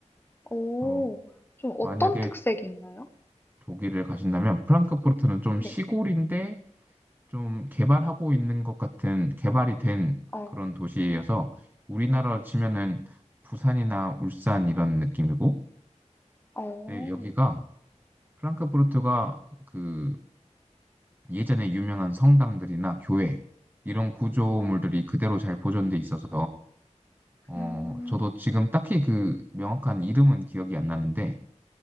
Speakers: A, on the left; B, on the right.
A: 오,
B: 어,
A: 좀 어떤
B: 만약에
A: 특색이 있나요?
B: 독일을 가신다면 프랑크푸르트는 좀
A: 네.
B: 시골인데 좀 개발하고 있는 것 같은 개발이 된
A: 어,
B: 그런 도시여서 우리나라로 치면은 부산이나 울산 이런 느낌이고
A: 어,
B: 네, 여기가 프랑크푸르트가 그 예전에 유명한 성당들이나 교회 이런 구조물들이
A: 어,
B: 그대로 잘 보존돼 있어서 어
A: 음,
B: 저도 지금 딱히 그 명확한 이름은 기억이 안 나는데